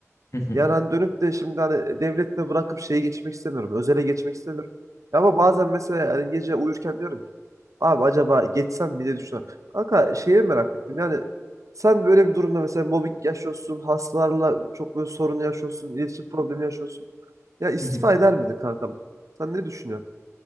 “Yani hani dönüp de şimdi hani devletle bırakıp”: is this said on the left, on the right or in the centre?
Right